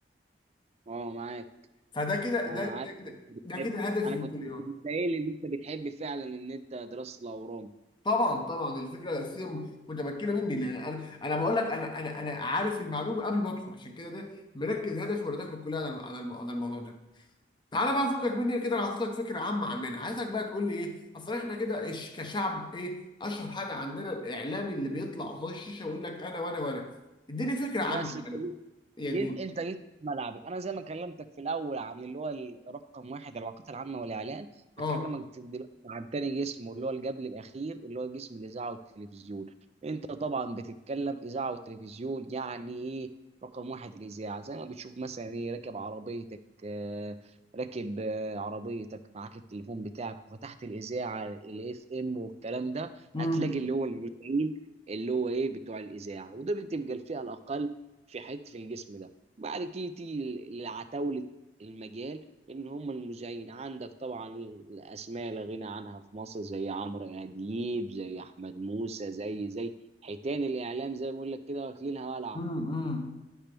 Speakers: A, on the right; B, on the left.
A: اه معاك
B: فده كده
A: انا
B: ده ده
A: عارف
B: كده
A: ان انت بتحب
B: ده كده هدفي
A: انا
B: في
A: كنت
B: الكليه
A: كنت قايل ان انت بتحب فعلا ان انت دراسة الاورام
B: طبعا طبعا الفكره الاساسيه م- متمكنه مني لان انا انا بقول لك انا انا انا عارف المعلومه قبل ما ادخل عشان كده ده مركز هدفي وانا داخل الكليه على على الم- على الموضوع ده تعالى بقى فكك مني كده انا هعطيك فكره عامه عننا عايزك بقى تقول لي ايه اصل احنا كده إش- كشعب ايه اشهر حاجه عندنا الاعلامي اللي بيطلع قصاد الشاشه ويقول لك انا وانا وانا اديني فكره عنه
A: بس
B: يعني يعني
A: جيت انت جيت في ملعبي انا زي ما كلمتك في الاول عن اللي هو رقم واحد العلاقات العامه والاعلان
B: اه
A: هكلمك دلوقتي عن تاني جسم واللي هو اللي قبل الاخير اللي هو جسم الاذاعه والتلفزيون انت طبعا بتتكلم اذاعه وتلفزيون يعني ايه رقم واحد الاذاعه زي ما بتشوف مثلا ايه راكب عربيتك آه، راكب آه، عربيتك معاك التليفون بتاعك وفتحت الاذاعه الاف ام والكلام ده
B: امم
A: هتلاقي اللي هو المذيعين اللي هو ايه بتوع الاذاعه وده بتبقى الفئه الاقل في حته في الجسم ده بعد كده تيجي لعتاوله المجال ان هم المذيعين عندك طبعا الاسماء لا غنى عنها في مصر زي عمرو اديب زي احمد موسى زي زي حيتان الاعلام زي ما بقول لك كده واكلينها ولعه
B: امم